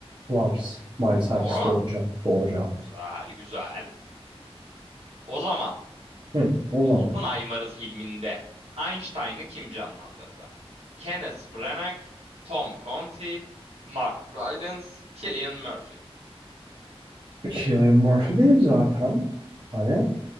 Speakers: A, on the right; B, on the right.
A: Flowers, Miley Cyrus
B: Doğru mu?
A: doğru cevap. Doğru cevap.
B: Güzel güzel. O zaman.
A: Hı, o zaman.
B: Oppenheimer filminde Einstein'ı kim canlandırdı? Kenneth Branagh, Tom Conti, Mark Rylance, Cillian Murphy.
A: Cillian Murphy değil zaten. Hani.